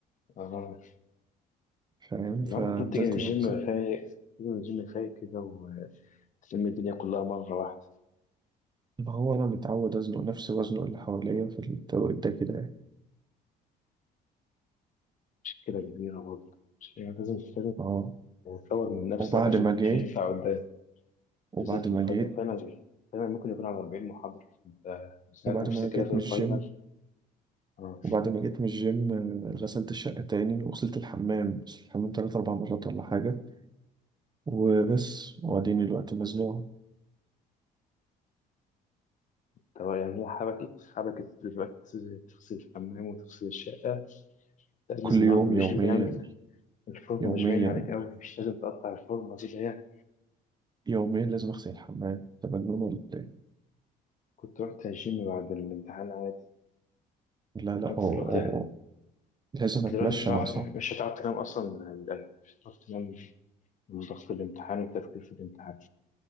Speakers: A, on the left; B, on the right.
A: آه.
B: فاهم
A: لما
B: فنزلت
A: كنت تيجي من الجيم
B: نفسي
A: فايق تيجي من الجيم فايق كده وتلم الدنيا كلها مرة واحدة
B: ما هو أنا متعود أزنق نفسي وأزنق اللي حواليا في التوقيت ده كده يعني
A: مشكلة كبيرة برضه مش يعني لازم لازم
B: اه
A: تطور من نفسك
B: وبعد
A: عشان
B: ما
A: ده
B: جيت
A: مش هينفع قدام
B: وبعد
A: بالذات في
B: ما
A: الفاينل
B: جيت
A: فاينل فاينل ممكن يكون على 40 محاضرة انت بتساعد
B: وبعد
A: نفسك
B: ما
A: كده
B: جيت
A: في الفاينل
B: من الجيم
A: اه
B: وبعد ما جيت من الجيم آه، غسلت الشقة تاني وغسلت الحمام بس الحمام تلات أربع مرات ولا حاجة وبس وأديني الوقت مزنوق
A: طب يعني هي حبكت حبكت دلوقتي تغسل الحمام وتغسل الشقة تجهز
B: كل
A: النهاردة
B: يوم
A: من
B: يوميا
A: الجيم يعني الفورمة
B: يوميا
A: مش باين عليك أوي مش لازم تقطع الفورمة دي اللي هي
B: يوميا لازم أغسل الحمام أنت مجنون ولا إيه؟
A: كنت رحت الجيم بعد الامتحان عادي
B: لا لا
A: قلت
B: أو أو
A: دلوقتي
B: أو. لازم
A: أنت
B: أتمشى
A: دلوقتي مش هتعرف
B: مع صاحبي
A: مش هتعرف تنام أصلا من القلب مش هتعرف تنام من ضغط الامتحان والتفكير في الامتحان